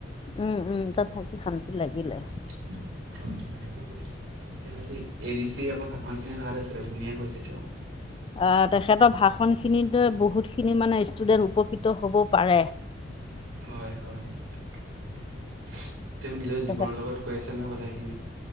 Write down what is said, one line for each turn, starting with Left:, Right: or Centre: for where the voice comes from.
Left: উম' উম' তাত থাকি শান্তি লাগিলে।
Right: <unintelligible> আজি এডি চিৰ আকৌ ভাষণ খিনি ভাল আছিলে ধুনীয়া কৈছে তেওঁ।
Left: আহ তেখেতৰ ভাষণ খিনি বহুতখিনি মানে ষ্টুডেণ্ট উপকৃত হ'ব পাৰে।
Right: হয় হয় তেওঁ নিজৰ
Left: তেখেত
Right: জীৱনৰ লগত কৈ আছে নহয় কথাখিনি।